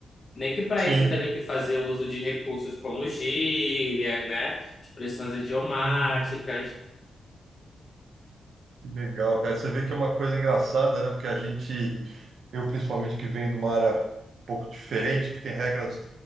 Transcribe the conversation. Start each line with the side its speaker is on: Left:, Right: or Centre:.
Left: Nem que para
Right: Sim.
Left: isso eu tenha que fazer uso de recursos como gírias, né? Expressões idiomáticas.
Right: Uhum. Que legal, cara. Você vê que é uma coisa engraçada, né? Porque a gente, eu principalmente que venho de uma área um pouco diferente, que tem regras,